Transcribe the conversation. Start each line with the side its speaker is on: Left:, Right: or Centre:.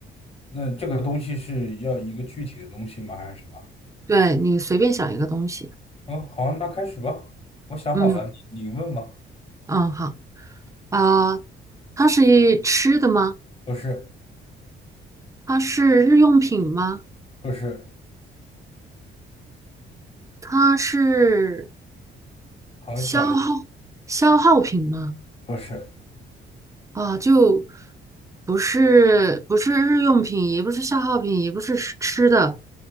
Left: 那这个东西是要一个具体的东西吗？还是什么？
Right: 对，你随便想一个东西。
Left: 嗯，好啊，那开始吧。我想好了，
Right: 嗯
Left: 你你问吧。
Right: 嗯，好啊，它是吃的吗？
Left: 不是，
Right: 它是日用品吗？
Left: 不是，
Right: 它是
Left: 好，
Right: 消耗消耗品吗？
Left: 想一想，不是，
Right: 啊，就不是不是日用品，也不是消耗品，也不是吃吃的。